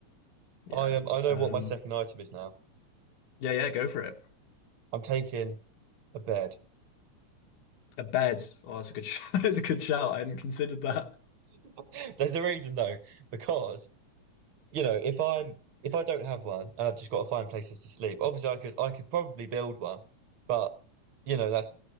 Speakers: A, on the left; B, on the right.
A: Yeah,
B: I um, I know
A: um,
B: what my second item is now.
A: yeah, yeah, go for it.
B: I'm taking a bed.
A: A bed. Oh, that's a good, sh- <laughs> that's a good shout. I hadn't considered that.
B: <laughs> There's a reason though, because you know, if I'm if I don't have one and I've just got to find places to sleep, obviously I could I could probably build one, but you know that's